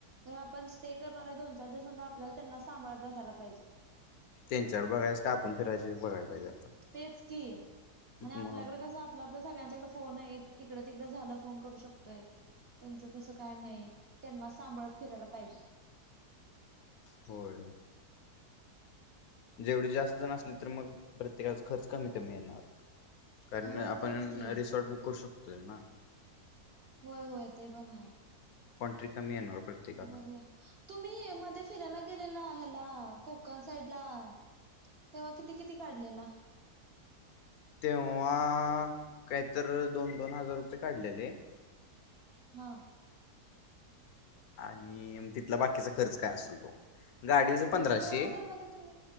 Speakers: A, on the right; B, on the left.
A: तर आपण स्टे करणार आहे दोन चार दिवस म्हणे आपल्याला त्यांनाच सांभाळत बसायला पाहिजे
B: त्यांच्यावर बघायस का आपण फिरायची बघाला पाहिजे आता
A: तेच की आणि आपल्याकडे
B: मग
A: कसं आप आपल्या सगळ्यांच्याकडे फोन आहे इकडें तिकडे झालं फोन करू शकतोय त्यांचं तसं काय नाही त्यांना सांभाळत फिरायला पाहिजे
B: होय जेवढी जास्त जण असली तर मग प्रत्येकाला खर्च कमी कमी येणार कारण
A: होय
B: आपण
A: तेच की
B: रिसॉर्ट बुक करू शकतो ना
A: होय होय ते पण ह
B: कणट्री कमी येणार प्रत्येकाला
A: बघूया तुम्ही मध्ये फिरायला गेलेला ह्याला कोकण साईड ला तेव्हा किती किती काढलेला
B: तेव्हा काहीत दोन दोन हजार रुपये काढलेले
A: हा
B: आणि तिथला बाकीचा खर्च काय असेल तो गाडीच पंधराशे
A: म्हणजे दोन हजार मध्ये तुम्ही